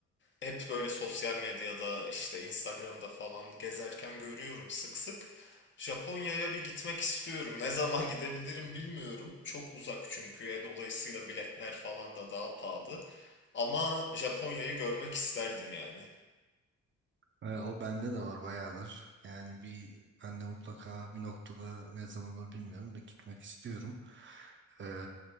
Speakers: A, on the left; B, on the right.
A: Hep böyle sosyal medyada işte Instagram'da falan gezerken görüyorum sık sık. Japonya'ya bir gitmek istiyorum. Ne zaman gidebilirim bilmiyorum. Çok uzak çünkü. E, dolayısıyla biletler falan da daha pahalı. Ama Japonya'yı görmek isterdim yani.
B: Evet, o bende de var bayağıdır. Yani bir ben de mutlaka bir noktada ne zaman olur bilmiyorum da gitmek istiyorum. Ee,